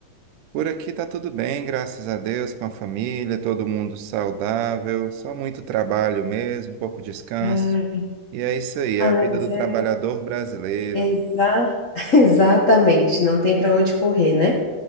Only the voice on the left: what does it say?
Ah,
ah,
mas
é
exa... <laughs> exatamente, não tem para onde correr, né?